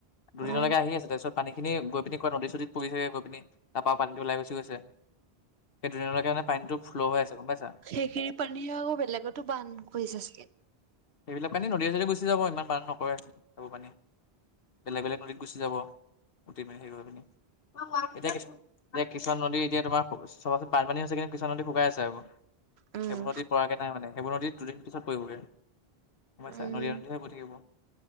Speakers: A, on the left; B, on the right.
A: দুদিনলৈকে
B: উম,
A: আহি আছে, তাৰপিছত পানীখিনি গৈ পিনি কবাত নদী চদীত পৰিছে গৈ পিনি, তাৰ পৰা পানী ওলাই গুছি গৈছে। সেইদিনলৈকে পানীটো ফ্ল' হৈ আছে গ'ম পাইছা।
B: সেই খিনি পানী আকৌ বেলেগতো বান্ধ কৰিছে চাগে।
A: সেইবিলাক পানী নদীয়ে চদীয়ে গুচি যাব ইমান বান নকৰে, সেইবোৰ পানী বেলেগ বেলেগ নদীত গুচি যাব। উটি ভাহি পিনি সেই কৰি পিনি এতিয়া কি-এতিয়া কিছুমান নদী এতিয়া তোমাৰ চাবাচোন বানপানী হৈছে, কিন্তু কিছুমান নদী শুকাই আছে আকৌ।
B: উম,
A: সেইবোৰ নদীত পৰাগে নাই মানে, সেইবোৰ নদীত দুদিন পিছত পৰিগৈ। গম পাইছা,
B: উম,
A: নদীয়ে নদীয়ে গৈ থাকিব।